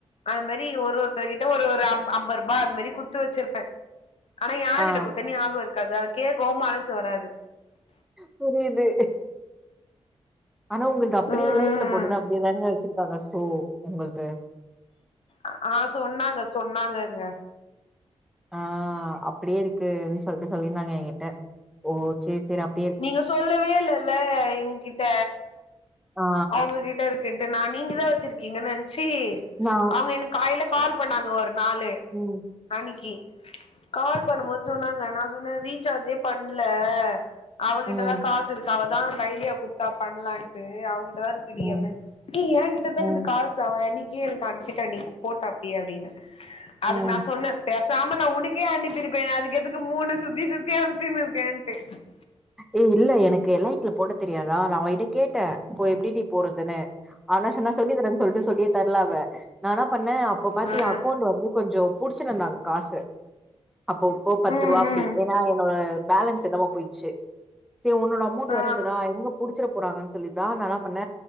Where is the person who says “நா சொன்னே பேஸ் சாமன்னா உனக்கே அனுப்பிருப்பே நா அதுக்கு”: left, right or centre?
Left